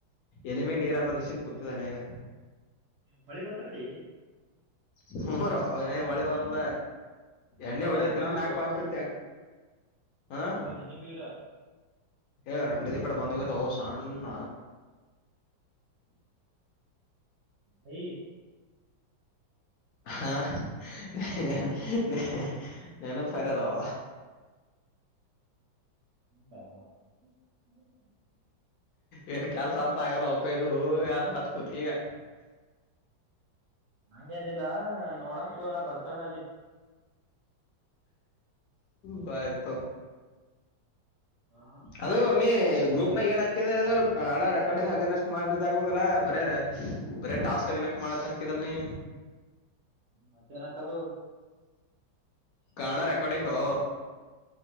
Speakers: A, on the left; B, on the right.
A: ಎಲಿಮಿಗಿ ನೀರ್ ಅರದ್ನ್ <unintelligible> ಕೂತಿದಿನಿಗ.
B: ಮಳಿ ಬಂತ ಅಕಡಿ.
A: ಹ್ಮ್ <unintelligible> ನೊ ಇನ್ನಾಈಗಮಳಿ ಬಂದ. ಎಣ್ಣಿ
B: ಕಡೆ
A: ಹೊಡಕ
B: ಒಂದು ಹನಿ
A: ಇನ್ನಾ
B: ಬೀಲು
A: ನಾಲ್ಕ್ ಪಂಪ್
B: ಈ
A: ಇತ್ತು ಹ್ಂ
B: ಕಡೆ ಒಂದು
A: <unintelligible>
B: ಹನಿ ಬೀಲ
A: ಏ ರಂಡ <unintelligible> ದ ಈ ಕಡೆ ಬಂದ ಹೋಗದೊ ಸಣ್ಣ
B: ಭಿ <inaudible>
A: ಹಾ ನಾನ ರದ <unintelligible> ನೆನಪಾರನವ.
B: ಹಾ <inaudible>
A: ಏನ್ ಕೆಲ್ಸಸ ಆತದ ಆಗಲ್ಲ ಒಪ್ಪಿದು ಯ <unintelligible> ಬತ್ ಕುೂತ್ಕಗ
B: ಹಂಗೇನಿಲ್ಲ ನೋಡಮ್ ತಗೋ ನಾ ಬರ್ತಾರ ಅಲ್ಲಿ.
A: ಬಾ <unintelligible> <inaudible> ಯ್ತ
B: ಹಾ
A: ಅದು ನೀ ಗ್ರೂಪ್ ನಾಗ ಏನ್ ಹಾಕಿದಲ ಅದು ಅಣಾ ರೆಕಾರ್ಡಿಂಗ್ ಅಗೇನಷ್ಟ್ ಮಾಡಿದ್ದ ಆಕ್ಬೇಕಲ್ಲಾ ಬರ್ಯಾರ <unintelligible> ಬರೇ ಟಾಸ್ಕ್ ಅಗೇನೇಷ್ಟಮಾಡಂತ ಹಾಕಿದಲ್ ನೀ.
B: ಮತ್ತೇನ್ ಹಾಕದು?
A: ಕಾಣ ರೆಕಾರ್ಡಿಂಗೊ